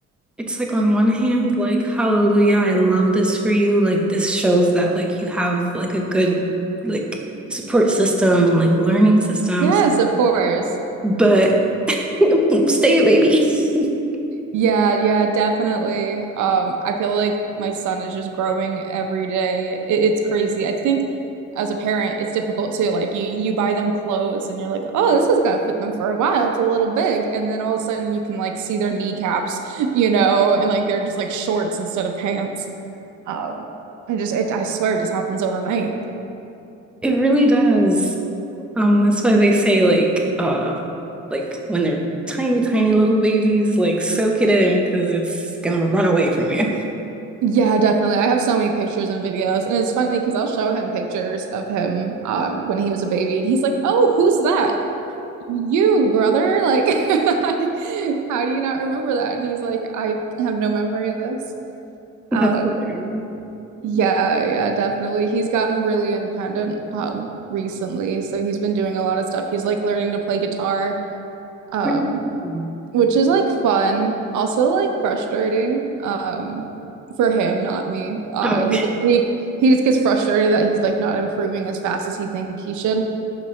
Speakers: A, in the centre; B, on the right.
A: It's like on one hand, like, hallelujah, I love this for you. Like this shows that like you have like a good like support system and like learning systems.
B: Yes, Mm. of course.
A: But <laughs> stay a baby. <laughs>
B: Yeah, yeah, definitely. Um, I feel like my son is just growing every day. It, it's crazy. I think as a parent, it's difficult too. Like you you buy them clothes and you're like, "Oh, this is gonna fit them for a while. It's a little big." And then all of a sudden you can like see their kneecaps, <laughs> you know, and like they're just like shorts instead of pants. Um, and just it, I swear it just happens overnight.
A: It really does. Um, that's why they say like uh like when they're tiny, tiny little babies, like soak it in because it's gonna run away from you.
B: Yeah, definitely. I have so many pictures and videos, and it's funny because I'll show him pictures of him um, when he was a baby, and he's like, "Oh, who's that?" You, brother, like, <laughs> how do you not remember that? And he's like, I have no memory of this.
A: <laughs>
B: Um,
A: That's hilarious.
B: yeah, yeah, definitely. He's gotten really independent, um, recently. So he's been doing a lot of stuff. He's like learning to play guitar, um,
A: Really?
B: which is like fun, also like frustrating, um, for him, not me. Uh,
A: Oh, okay.
B: he get- he he just gets frustrated that he's like not improving as fast as he think he should.